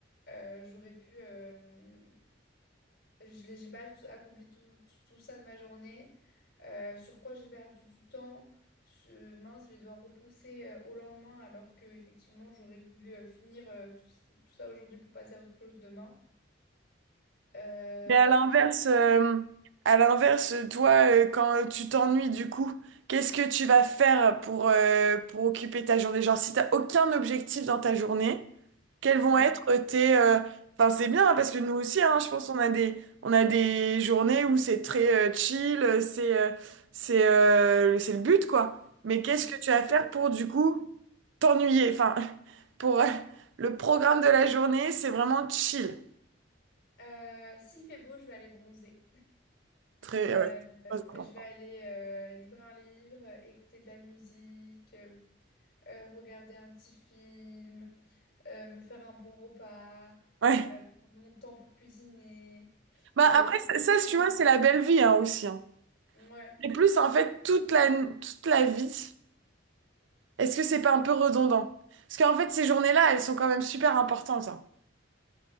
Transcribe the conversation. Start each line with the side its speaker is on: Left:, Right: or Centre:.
Left: euh, j'aurais pu, euh, je l'ai- j'ai pas tout- accompli tout, tout, tout ça de ma journée, Euh, sur quoi j'ai perdu du temps, Je- mince, je vais devoir repousser euh, au lendemain alors que effectivement j'aurais voulu euh, finir euh, tout, tout ça aujourd'hui pour passer à autre chose demain. Euh,
Right: Mais à
Left: ouais,
Right: l'inverse,
Left: je pense que...
Right: euh, à l'inverse, toi, euh, quand tu t'ennuies du coup, qu'est-ce que tu vas faire pour, euh, pour occuper ta journée? Genre, si t'as aucun objectif dans ta journée, quels vont
Left: Mhm.
Right: être tes... euh, Enfin, c'est bien, hein, parce que nous aussi, hein, je pense qu'on a des, on a des journées où c'est très euh, chill, euh, c'est euh, c'est euh, c'est le but, quoi. Mais qu'est-ce
Left: Mhm,
Right: que tu vas
Left: tout
Right: faire
Left: à
Right: pour, du coup, t'ennuyer? Enfin, <laughs> pour euh, le programme de la journée, c'est vraiment chill.
Left: fait. Euh, s'il fait beau, je vais aller bronzer.
Right: Très,
Left: Euh,
Right: ouais, très important.
Left: je vais aller euh, livrer un livre, euh, écouter de la musique, euh, euh, regarder un petit film, euh, me faire un bon repas,
Right: Ouais.
Left: euh, prendre mon temps pour cuisiner.
Right: Bah
Left: Ouais,
Right: après,
Left: je pense
Right: ça, ça, si
Left: que...
Right: tu vois, c'est la belle vie hein, aussi. hein.
Left: Ouais,
Right: Et plus, en fait, toute la, toute la vie, est-ce que c'est pas un peu redondant? Parce qu'en fait, ces journées-là, elles sont quand même super importantes. hein.